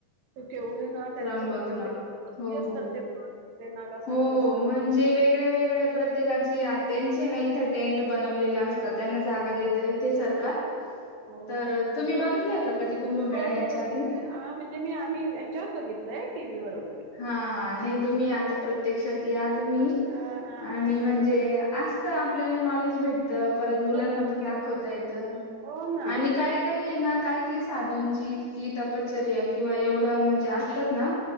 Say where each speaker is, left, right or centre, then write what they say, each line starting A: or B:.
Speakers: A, on the right (about 80°); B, on the left (about 40°).
A: त केवढे ना, त्यांचं
B: त्र्यंबकला.
A: पण केवढे पक्के
B: हो
A: असतात,
B: हो.
A: ते पण. ते नागा साधू
B: हो
A: असतात
B: म्हणजे
A: ते.
B: वेगळ्या वेगळ्या प्रत्येकाची, त्यांचे ना इथे टेंट बनवलेले अस त्यांना जागा
A: हो
B: देता इथे सरकार,
A: हो
B: तर तुम्ही बघितलंय का? कधी कुंभमेळा
A: हो
B: याच्या
A: मी बघितलंय,
B: आधी?
A: हा म्हणजे मी, आम्ही याच्यावर बघितलंय टी व्ही वर वगैरे.
B: हा हा, नाही तुम्ही आता प्रत्यक्षात या तुम्ही,
A: हा हा
B: आणि
A: हा बरोबर
B: म्हणजे
A: आहे
B: असत आपल्याला नॉलेज भेटत, परत मुलांना
A: हो
B: पण दाखवता
A: तर.
B: येतं,
A: हो ना
B: आणि
A: हो
B: काही,
A: ना
B: काहीये ना, काय काय साधनची ईतकी तपश्चर्या, किंवा एवढं म्हणजे असतात ना.